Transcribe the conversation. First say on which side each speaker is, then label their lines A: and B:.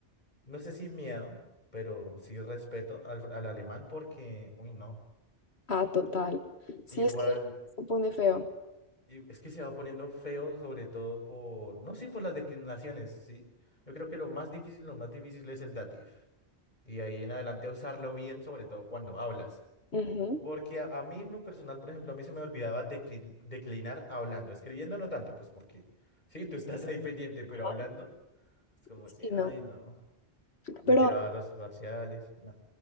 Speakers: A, on the left; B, on the left.
A: no sé si miedo, pero sí respeto al, fr- al alemán porque, uy, no,
B: Ah, total. Sí,
A: igual,
B: es que se pone feo.
A: y- es que se va poniendo feo, sobre todo por, no, sí, por las declinaciones, sí. Yo creo que lo más difícil, lo más difícil es el dative. Y ahí en adelante usarlo bien, sobre todo cuando hablas.
B: Ujú.
A: Porque a, a mí en lo personal, por ejemplo, a mí se me olvidaba decli- declinar hablando, escribiendo no tanto, pues porque sí, tú estás ahí pendiente, pero
B: Ajá,
A: hablando es como
B: Sí,
A: que,
B: no.
A: ay, no, me
B: Pero
A: tiraba los parciales, no.